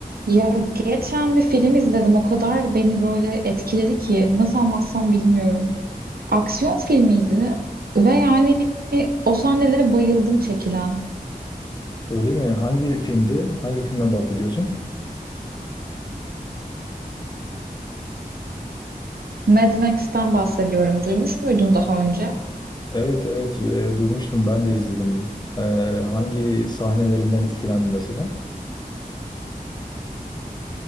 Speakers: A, on the right (about 80°); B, on the left (about 30°).
A: Ya geçen bir film izledim. O kadar beni böyle etkiledi ki nasıl anlatsam bilmiyorum. Aksiyon filmiydi ve yani o sahnelere bayıldım çekilen.
B: Öyle mi? Hangi filmdi? Hangi filmden bahsediyorsun?
A: Mad Max'ten bahsediyorum. Duymuş muydun daha önce?
B: Evet evet e, duymuştum ben de izledim. E, hangi sahnelerinden etkilendin mesela?